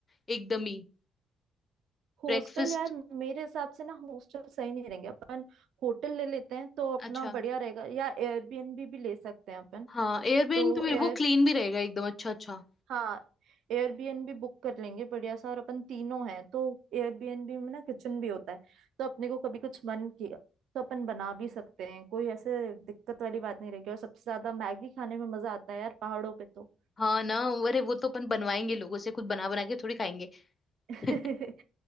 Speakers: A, on the left; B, on the right.
A: एकदम ही
B: हॉस्टल
A: ब्रेकफास्ट
B: यार मेरे हिसाब से ना हॉस्टल सही नहीं रहेंगे अपन होटल ले लेते हैं तो अपना
A: अच्छा
B: बढ़िया रहेगा या एयरबीएनबी भी ले सकते हैं अपन
A: हाँ एयरबीएनबी
B: तो
A: भी
B: एयर
A: वो क्लीन भी रहेगा एकदम अच्छा अच्छा
B: हाँ एयरबीएनबी बुक कर लेंगे बढ़िया सा और अपन तीनों हैं तो एयरबीएनबी में ना किचन भी होता है तो अपने को कभी कुछ मन किया तो अपन बना भी सकते हैं कोई ऐसे दिक्कत वाली बात नहीं रहेगी और सबसे ज्यादा मैगी खाने में मजा आता है यार पहाड़ों पे तो।
A: हाँ ना अरे वो तो अपन बनवाएंगे लोगों से कुछ बना बना के थोड़ी खाएंगे
B: <laughs>
A: <laughs>